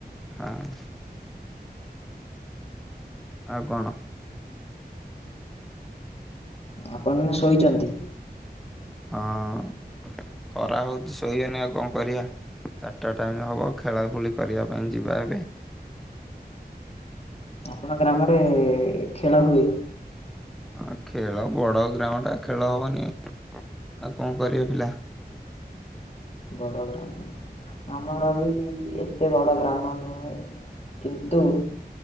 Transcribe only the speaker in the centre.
ହଁ। ଆଉ କଣ?
ହଁ ଖରା ହଉଛି ଶୋଇବାନି ଆଉ କଣ କରିବା? ଚାଟା ଟାଇମ୍ ହବ ଖେଳା ଖୁଳି କରିବା ପାଇଁ ଯିବା ଏବେ।
ହଁ ଖେଳ ବଡ ଗ୍ରାମ ଟା ଖେଳ ହବନି ଆଉ କଣ କରିବେ ପିଲା।